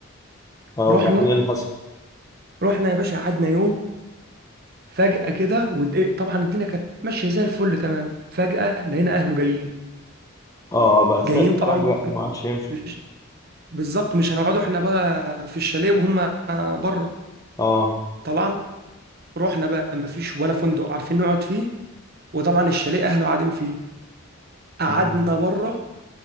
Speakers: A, on the left (about 15°); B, on the right (about 45°).
A: اه
B: رحنا
A: وبعدين ايه اللي حصل
B: رحنا يا باشا قعدنا يوم فجأة كده ودق طبعا الدنيا كانت ماشية زي الفل تمام فجأة لقينا أهله جايين
A: اه بقى تفاق
B: جايين طبعا
A: حرج بقى ما عادش ينفع
B: مش بالظبط مش هنقعدوا احنا بقى في الشاليه وهم بره
A: اه
B: طلعنا رحنا بقى مفيش ولا فندق عارفين نقعد فيه وطبعا الشاليه أهله قاعدين فيه قعدنا
A: مم.
B: بره